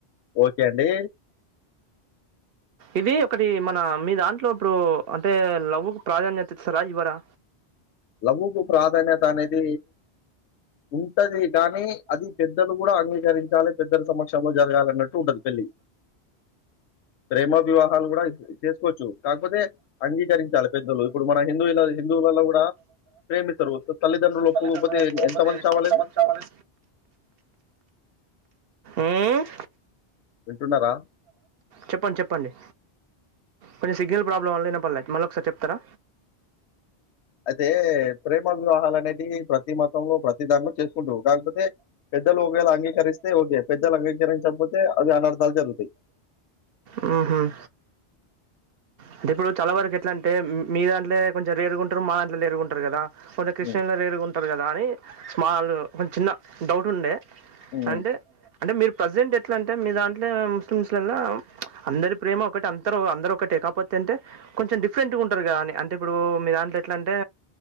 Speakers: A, on the left; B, on the right.
A: ఓకే అండి.
B: ఇది ఒకటి మన మీ దాంట్లో ఇప్పుడు అంటే లవ్వుకు ప్రాధాన్యత ఇస్తారా ఇవ్వరా?
A: లవ్వుకు ప్రాధాన్యత అనేది ఉంటది కానీ అది పెద్దలు కూడా అంగీకరించాలి. పెద్దల సమక్షంలో జరగాలి అన్నట్టు ఉంటది. పెళ్ళి ప్రేమ వివాహాలు కూడా చేసుకోవచ్చు. కాకపోతే అంగీకరించాలి. పెద్దలు ఇప్పుడు మన హిందువుల హిందువులలో కూడా ప్రేమిత్తరు తల్లిదండ్రులు
B: తల్లితండ్రిలు ఇబ్బంది
A: ఎంతమంది చావలేదు?
B: ఎంత మంది చావాలి ఊమ్
A: వింటున్నారా?
B: చెప్పలా కొంచెం సిగ్నల్ ప్రాబ్లం వల్ల విన పర్లే మళ్ళ ఒకసారి చెప్తారా?
A: అయితే ప్రేమ వివాహాలనే అది ప్రతి మతము ప్రతి దానీలో చేసుకుంట్రు. కాకపోతే పెద్దలు ఒకవేళ అంగీకరిస్తే ఓకే పెద్దలు అంగీకరించకపోతే అవి అనర్థాలు జరుగుతాయి.
B: హుహు. అంటే ఇప్పుడు చాలా వరకు ఎట్లా అంటే మీ దాంట్లో కొంచెం రేరుగుంటారు. మా దాంట్లో రేరుగుంటారు కదా పోనే కిష్
A: హ్మ్.
B: టెల్ల రేర్గు ఉంటారు కదా అని స్మాల్ కొంచ్చం చిన్న డౌట్ ఉండే
A: హ్మ్.
B: అంటే అంటే మీరు ప్రజెంట్ ఏట్ ఎట్ల అంటే మీ దాంట్లో ముస్లిమ్స్ లల్ల అందరి ప్రేమ ఒకటే అంతరు అందరూ ఒకటే కాపోతే అంటే కొంచెం డిఫరెంట్గా ఉంటారు. కదా అని అంటే ఇప్పుడు మీ దాంట్లో ఎట్లా అంటే